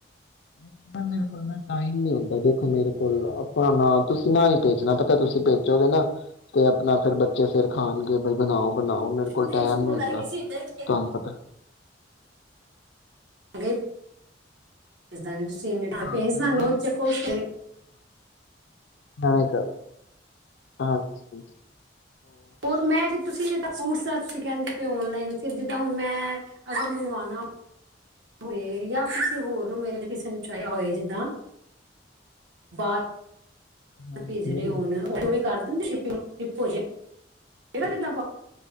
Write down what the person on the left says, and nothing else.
<unintelligible> ਟਾਈਮ ਨੀ ਹੁੰਦਾ ਦੇਖੋ ਮੇਰੇ ਕੋਲ, ਆਪਣਾ ਨ ਤੁਸੀਂ ਨਾ ਹੀ ਭੇਜਣਾ ਪਤਾ ਤੁਸੀਂ ਭੇਜੋਗੇ ਨਾ, ਤੇ ਆਪਣਾ ਫਿਰ ਬ ਬੱਚੇ ਫਿਰ ਖਾਣਗੇ ਬਈ ਬਣਾਓ -ਬਣਾਓ ਮੇਰੇ ਕੋਲ
ਟਾਈਮ ਨੀ
ਹੁੰਦਾ।
ਤੁਹਾਨੂੰ ਪਤਾ
ਹਾਂ, ਮਗਰੋਂ
ਹਵੇਕ <inaudible> ਹਾਂਜੀ।
ਹਾਂਜੀ,
ਨਹੀਂ